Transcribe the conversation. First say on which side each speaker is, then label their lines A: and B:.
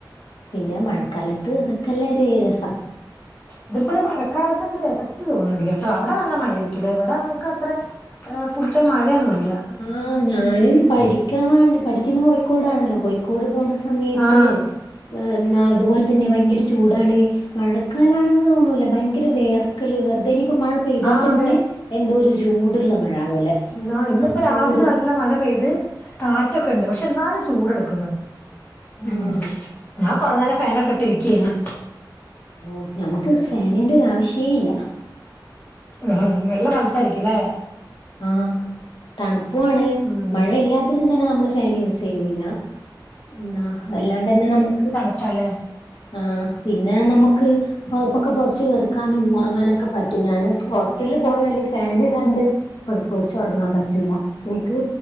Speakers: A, on the left; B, on the left.
A: പിന്നെ മഴക്കാലത്ത് അതൊക്കെല്ലേ ഒര് രസം.
B: ഇതിപ്പോ ഒരു മഴക്കാലത്തിന്റെ ഒരു എഫക്ട് തോന്നുന്നില്യട്ടോ അവിടെ നല്ല മഴയിരികുല്ലേ ഇവിടെ നമുക്കത്രെ. ഫുൾടൈം മഴയൊന്നുല്ല.
A: ആഞാനും പഠിക്കാ വേണ്ടി പഠിക്കു ന്ന കോഴിക്കോടാണല്ലോ കോഴിക്കോട് പോകുന്ന സമയത്ത്.
B: ആഹ്
A: ന്നാ ഇതുപോലെ തന്നെ ഭയങ്കര ചൂടാണ്. മഴക്കാലാണെന്ന് തോന്നൂല്ല ഭയങ്കര വേർക്കല് വെറുതനി. ഇപ്പൊ മഴ പെയ്താൽ
B: ആഹ്
A: തന്നെ
B: അതെ
A: എന്തോ ഒരു ജൂടുള്ള മഴ പോലെ
B: ന്നാ ഇന്നിപ്പോ
A: ആഹ് ചൂട്
B: രാവിലെ നല്ല മഴ പെയ്ത് കാറ്റൊക്കെണ്ട് പക്ഷെ എന്നാലും ചൂട്ക് ട്. മ്മ്
A: ആഹ്
B: ഞാൻ കൊറ നേരം ഫാനൊക്കെ ഇട്ടി ഇരിക്കെര്ന്ന്‌.
A: ഓ ഞമുക്കിവിടെ ഫാനിന്റെഒരാവിശ്യേല്ല.
B: ഉം നല്ല തണുപ്പായിരികൂല്ലേ?
A: ആ തണുപ്പുവാ ണ്
B: ഉം
A: മഴയില്ലാതേരം തന്നെ നമ്മൾ ഫാന് യൂസെയൂല ന്നാ അല്ലാണ്ടന്നെ നമുക്ക്
B: തലേ
A: ആ പിന്നെ നമുക്ക് ഇപ്പൊക്കെ പൊതച്ച് കെടക്കാനും മുറങ്ങാനൊക്കെ പറ്റും ഞാന് ഹോസ്റ്റലിൽ പോയാല് ഫാനിടാണ്ട്. പോതപൊതചൊറങ്ങ പറ്റും പറ്റുല എന്ക്ക്